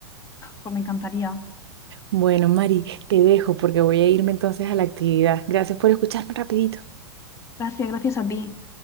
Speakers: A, on the left; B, on the right.
A: pues me encantaría.
B: Bueno, Mari, te dejo porque voy a irme entonces a la actividad. Gracias por escucharme rapidito.
A: Gracias, gracias a ti.